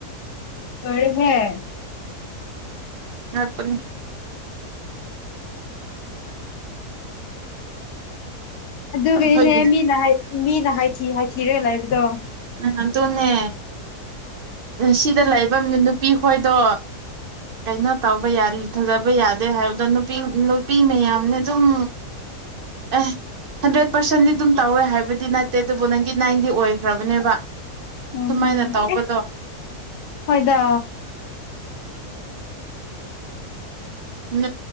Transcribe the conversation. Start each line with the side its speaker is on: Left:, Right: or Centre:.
Left: ꯂꯣꯏꯔꯦꯍꯦ
Right: ꯉꯄ
Left: ꯑꯗꯨꯒꯅꯦ
Right: ꯑꯩꯈꯣꯏꯒꯤ
Left: ꯃꯤꯅ ꯃꯤꯅꯊ ꯍꯥꯏꯊꯤꯔꯒ ꯂꯩꯕꯗꯣ
Right: ꯑ ꯇꯣꯅꯦ ꯁꯤꯗ ꯂꯩꯕ ꯅꯨꯄꯤ ꯈꯣꯏꯗꯣ ꯀꯩꯅꯣ ꯇꯧꯕ ꯊꯖꯕ ꯌꯥꯗꯦ ꯍꯥꯏꯕꯗꯣ ꯅꯨꯄꯤ ꯅꯨꯄꯤ ꯃꯌꯥꯝꯅ ꯑꯗꯨꯝ ꯑꯦ ꯍꯟꯗ꯭ꯔꯦꯠ ꯄꯥꯔꯁꯦꯟꯗꯤ ꯑꯗꯨꯝ ꯇꯧꯋꯦ ꯍꯥꯏꯕꯗꯤ ꯅꯠꯇꯦ ꯑꯗꯨꯕꯨ ꯅꯥꯏꯟꯇꯤ ꯅꯥꯏꯟꯗꯤ ꯑꯣꯏꯈ꯭ꯔꯕꯅꯦꯕ
Left: ꯎꯝ
Right: ꯁꯨꯃꯥꯏꯅ ꯇꯧꯕꯗꯣ
Left: ꯑꯦ ꯍꯣꯏꯗ
Right: ꯝ